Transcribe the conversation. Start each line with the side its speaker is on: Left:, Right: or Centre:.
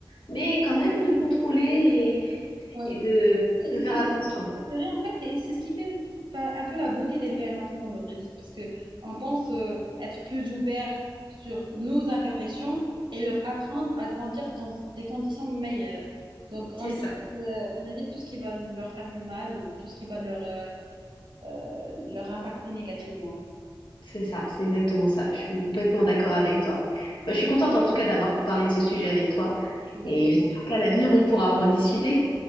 Left: mais quand même de contrôler
Right: Oui,
Left: et, et de,
Right: Et
Left: de faire
Right: C'est vrai,
Left: attention.
Right: c'est vrai en fait, et c'est ce qui fait enfin, un peu la beauté d'élever un enfant aujourd'hui, c'est parce que on pense euh, être plus ouvert sur nos imperfections et leur apprendre à grandir dans des conditions meilleures. Donc
Left: C'est
Right: on évite,
Left: ça.
Right: euh, on évite tout ce qui va leur faire du mal ou tout ce qui va leur, euh, euh, leur impacter négativement.
Left: C'est ça, c'est exactement ça. Je suis complètement d'accord avec toi. Bah, je suis contente en tout cas d'avoir parlé de ce sujet avec toi
Right: Vous
Left: et
Right: irez
Left: j'espère qu'à l'avenir on pourra en rediscuter.